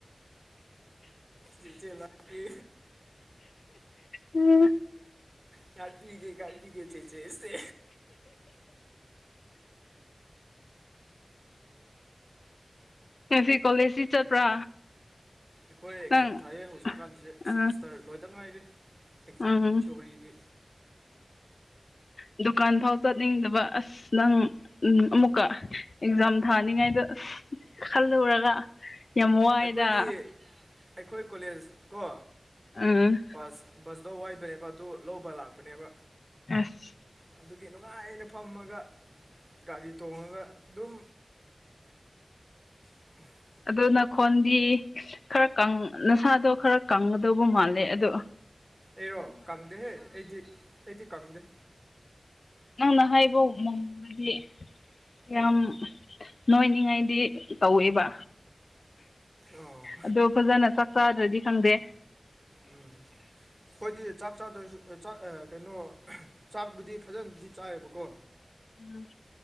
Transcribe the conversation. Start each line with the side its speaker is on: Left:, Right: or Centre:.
Right: ꯆꯤꯆꯦ ꯂꯥꯟꯈ꯭ꯔꯦ
Left: ꯎꯝ
Right: ꯉꯥꯠꯄꯤꯒꯦ ꯉꯥꯠꯄꯤꯒꯦ ꯆꯦꯆꯦ ꯁꯦ
Left: ꯉꯁꯤ ꯀꯣꯂꯦꯖꯖꯤ ꯆꯠꯄ꯭ꯔꯥ
Right: ꯑꯩꯈꯣꯏ ꯑꯦꯛꯖꯥꯝ
Left: ꯅꯪ
Right: ꯊꯥꯏꯌꯦ ꯍꯧꯖꯤꯛꯀꯥꯟꯁꯦ
Left: ꯑ
Right: ꯁꯤꯃꯤꯁꯇꯔ ꯂꯣꯏꯗ ꯉꯥꯏꯔꯤ ꯑꯦꯛꯖꯥꯝ
Left: ꯎꯝ
Right: ꯊꯤꯑꯣꯔꯤꯒꯤ
Left: ꯗꯨꯀꯥꯟ ꯐꯥꯎ ꯆꯠꯅꯤꯡꯗꯕ ꯑꯁ ꯅꯪ ꯎꯝ ꯑꯃꯨꯛꯀ ꯑꯦꯛꯖꯥꯝ ꯊꯥꯅꯤꯡꯉꯥꯏꯗꯣ ꯑꯁ ꯈꯜꯂꯨꯔꯒ ꯌꯥꯝ ꯋꯥꯏꯗ
Right: ꯑꯩꯈꯣꯏꯗꯤ ꯑꯩꯈꯣꯏ ꯀꯣꯂꯦꯖ ꯀꯣ
Left: ꯎꯝ
Right: ꯕꯁ ꯕꯁꯇꯣ ꯋꯥꯏꯕꯅꯦꯕ ꯑꯗꯨ ꯂꯧꯕ ꯂꯥꯛꯄꯅꯦꯕ
Left: ꯑꯁ
Right: ꯑꯗꯨꯒꯤ ꯅꯨꯡꯉꯥꯏꯅ ꯐꯝꯃꯒ ꯒꯥꯔꯤ ꯇꯣꯡꯉꯒ ꯑꯗꯨꯝ <unintelligible>
Left: ꯑꯗꯨ ꯅꯈꯣꯟꯗꯤ ꯈꯔ ꯀꯪ ꯅꯁꯥꯗꯣ ꯈꯔ ꯀꯪꯒꯗꯧꯕ ꯃꯥꯜꯂꯦ ꯑꯗꯨ
Right: ꯑꯩꯔꯣ ꯀꯪꯗꯦꯍꯦ ꯑꯩꯗꯤ ꯑꯩꯗꯤ ꯀꯪꯗꯦ
Left: ꯅꯪꯅ ꯍꯥꯏꯕ ꯃꯝꯃꯥꯗꯤ ꯌꯥꯝ
Right: ꯎꯝ
Left: ꯅꯣꯏꯅꯤꯉꯥꯏꯗꯤ ꯇꯧꯋꯦꯕ
Right: ꯑꯣ
Left: ꯑꯗꯣ ꯐꯖꯅ ꯆꯥꯛ ꯆꯥꯗ꯭ꯔꯗꯤ ꯈꯪꯗꯦ
Right: ꯎꯝ ꯑꯩꯈꯣꯏꯗꯤ ꯆꯥꯛ ꯆꯥꯗ꯭ꯔꯁꯨ ꯆꯥꯛ ꯑ ꯀꯩꯅꯣ ꯆꯥꯛꯕꯨꯗꯤ ꯐꯖꯅꯗꯤ ꯆꯥꯏꯌꯦꯕꯀꯣ
Left: ꯎꯝ